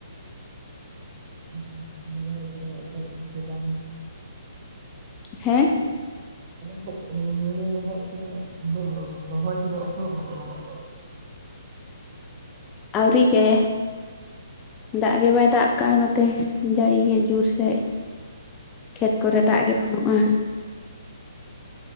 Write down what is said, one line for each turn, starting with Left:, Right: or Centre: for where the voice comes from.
Right: ᱜᱚᱢᱠᱮ ᱨᱚᱦᱚᱭ ᱠᱚᱫᱚ ᱮᱛᱚᱦᱚᱵ ᱠᱟᱱᱟ ᱥᱮ ᱵᱟᱝ?
Left: ᱦᱮᱸᱻ
Right: ᱦᱚᱨᱚ ᱫᱚᱠ ᱦᱚᱲᱚ ᱨᱚᱦᱚᱜ ᱠᱚᱫᱚᱹᱜ ᱵᱟᱱᱩᱜᱟ ᱨᱚᱦᱚᱭ ᱠᱚᱫᱚ ᱮᱛᱚᱦᱚᱵ ᱱᱟ ᱥᱮ ᱵᱟᱝ <unintelligible>
Left: ᱟᱣᱨᱤ ᱜᱮ ᱫᱟᱜ ᱜᱮ ᱵᱟᱭ ᱫᱟᱜ ᱠᱟᱭ ᱱᱚᱛᱮ ᱡᱟᱹᱲᱤ ᱜᱮ ᱡᱳᱨ ᱥᱮᱮᱫ ᱠᱷᱮᱛ ᱠᱚᱨᱮ ᱫᱟᱜ ᱜᱮ ᱵᱟᱹᱱᱩᱜᱼᱟ